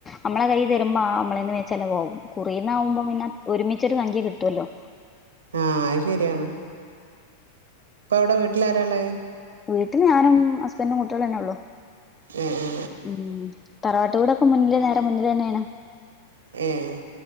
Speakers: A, on the left; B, on the right.
A: അമ്മളെ കയ്യ് തരുമ്പോ ആഹ് അമ്മളേന്ന് വേം ചെലവാവും കുറീന്നാവുമ്പം പിന്നെ ഒരുമിച്ചൊരു സംഖ്യ കിട്ട്വല്ലോ
B: ആഹ് അയ് ശര്യാണ് പ്പൊഔടെ വീട്ടിലാരാള്ളത്
A: വീട്ടില് ഞാനും ഹസ്ബൻ്റും കുട്ടൊളന്നെള്ളൂ
B: ഏ ഏ
A: ഉം തറവാട്ട് വീടൊക്കെ മുന്നില് നേരെ മുന്നിലന്നേണ്
B: ഏഹ്